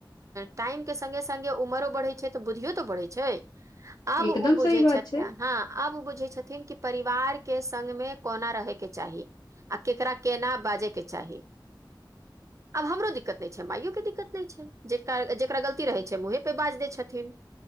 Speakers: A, on the right; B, on the left.
A: टाइम के सङ्गे संगे उमरो बढ़ै छै तऽ बुद्धियो तऽ बढ़ैत छै
B: <inaudible>
A: आब उ बुझै
B: सही बात
A: छैथ
B: छै
A: हँ आब बुझै छथिन कि परिवार के संग में कोना रहैके चाही आ केकरा केना बाजे के चाही आब हमरो दिक्कत नय छै माइयो के दिक्कत नहि छै जेकर जेकरा गलती रहै छै मुंहे पे बाज दैय छथिन